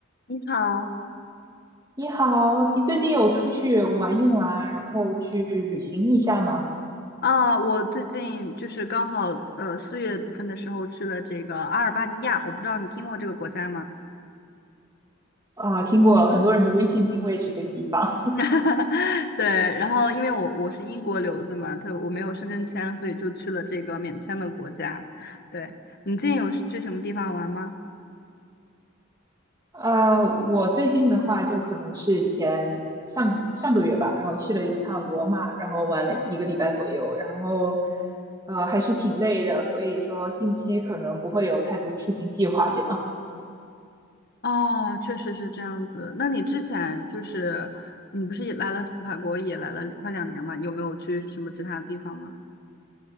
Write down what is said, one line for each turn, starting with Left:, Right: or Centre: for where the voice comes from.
Left: 你好
Right: 你好，你最近有出去玩一玩，然后去旅行一下吗？
Left: 啊，我最近就是刚好呃四月份的时候去了这个阿尔巴尼亚，我不知道你听过这个国家吗？
Right: 啊、听过很多人的微信定位是这个地方。<laughs>
Left: <laughs> 对，然后因为我我是英国留子嘛，他我没有申根签，所以就去了这个免签的国家。对，你最近有去什么地方玩吗？
Right: 呃，我最近的话，就可能是前上上个月吧，然后去了一趟罗马，然后玩了一个礼拜左右，然后呃还是挺累的，所以说近期可能不会有太多的出行计划这样。
Left: 哦，确实是这样子。那你之前就是你不是也来了法国，也来了快两年嘛？有没有去什么其他的地方吗？